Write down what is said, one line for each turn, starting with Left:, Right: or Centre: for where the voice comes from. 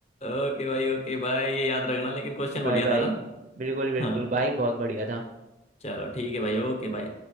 Left: ओके भाई ओके भाई ये याद रखना लेकिन क्वेश्चन बढ़िया
Right: Bye bye
Left: था ना
Right: बिल्कुल बिल्कुल
Left: हाँ
Right: भाई बहुत बढ़िया था
Left: चलो ठीक है भाई ओके भाई